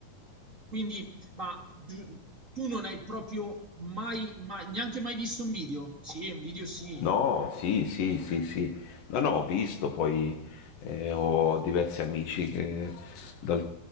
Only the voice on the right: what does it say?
Quindi, ma du- tu non hai proprio mai, mai- neanche mai visto un video? Sì, un video sì.